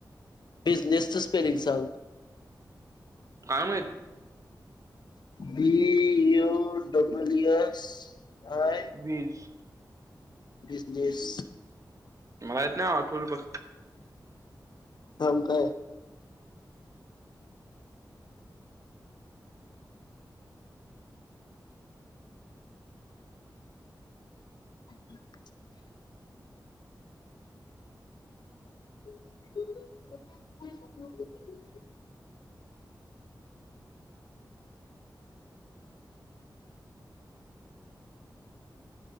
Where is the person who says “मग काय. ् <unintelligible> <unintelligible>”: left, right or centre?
Left